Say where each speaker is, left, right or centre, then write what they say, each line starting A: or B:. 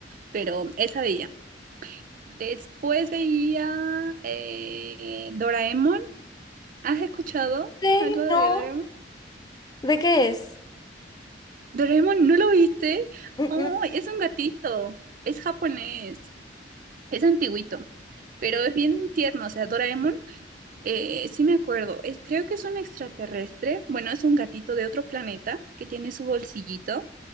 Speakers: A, on the right; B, on the left.
A: pero esa veía. Después veía eh, Doraemon. ¿Has escuchado
B: Sí,
A: algo de
B: no.
A: Doraemon?
B: ¿De qué es?
A: Doraemon, ¿no lo viste?
B: Mm,
A: Oh,
B: mm.
A: es un gatito. Es japonés. Es antiguito. Pero es bien tierno. O sea, Doraemon, eh, sí me acuerdo. Es, creo que es un extraterrestre. Bueno, es un gatito de otro planeta que tiene su bolsillito.